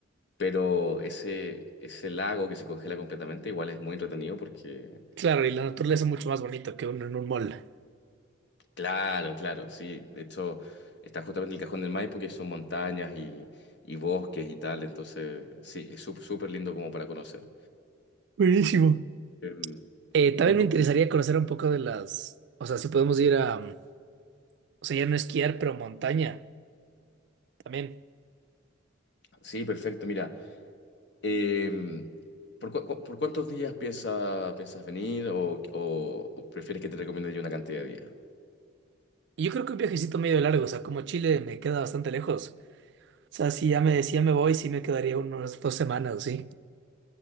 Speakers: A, on the left (about 60°); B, on the right (about 60°).
A: Pero ese, ese lago que se congela completamente igual es muy entretenido porque,
B: Claro, y la naturaleza es mucho más bonito que uno en un mall.
A: claro, claro, sí. De hecho, está justamente el Cajón del Maipo, que son montañas y, y bosques y tal. Entonces, sí, es sup- súper lindo como para conocer.
B: Buenísimo.
A: Em,
B: Eh, también
A: con-
B: me
A: con-
B: interesaría conocer un poco de las, o sea, si podemos ir a, mm, o sea, ya no esquiar, pero montaña también.
A: sí, perfecto. Mira, em, ¿por, cu- cu- por cuántos días piensa, piensas venir o, o- o prefieres que te recomiende yo una cantidad de días?
B: Y yo creo que un viajecito medio largo, o sea, como Chile me queda bastante lejos. O sea, si ya me decía me voy, sí me quedaría unas dos semanas, o ¿sí?